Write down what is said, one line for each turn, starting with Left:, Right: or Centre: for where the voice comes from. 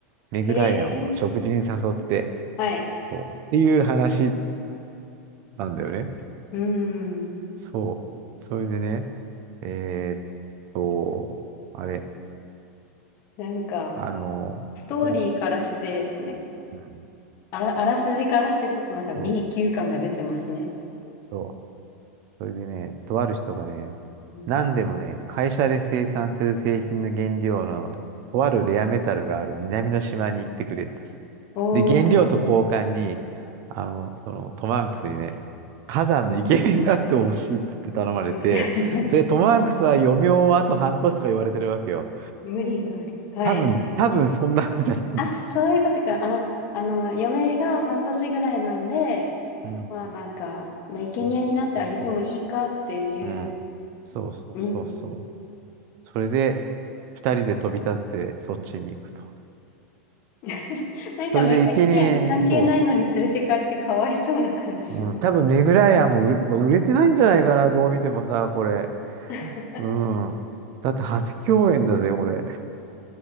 Right: メグライアンを食事に誘って、
Left: へえ。はい。
Right: そう。っていう話なんだよね。
Left: うん。
Right: そう。それでね、えーっと、あれ、
Left: なんか、
Right: あの、
Left: ストーリーからして、
Right: そ
Left: な
Right: う。うん
Left: あら、あらすじからしてちょっとなんか B
Right: そう。
Left: 級感が出てますね。
Right: そう。それでね、とある人がね、
Left: うん
Right: 何でもね、会社で生産する製品の原料の、とあるレアメタルがある南の島に行ってくれ。と
Left: おー、
Right: で、原料と交換に、
Left: はい。
Right: あの、そのトム・ハンクスにね、火山の生贄になってほしいっつって頼まれて、
Left: うん
Right: それでトム・ハンクスは余命をあと半年とか言われてるわけよ。
Left: <laughs> 無理がある。はい。
Right: 多分、多分そんなのじゃない。
Left: あ、そういうことか。あ、あの、嫁が半年ぐらいなんで、
Right: うん。
Left: まあなんか、まあ、生贄になってあげてもいいかっていう、
Right: そうそうそうそう。うん。そうそうそうそう。
Left: うん。
Right: それで、二人で飛び立ってそっちに行くと。
Left: <laughs> なんか、
Right: それで、
Left: メガリアン関係ないのに連れてかれてかわいそうな感じします。
Right: 生贄にそう。うん。多分、メグライアンも売れ、売れてないんじゃないかな、どう見てもさ、これ。
Left: <laughs>
Right: うん。だって初共演だぜ、これ。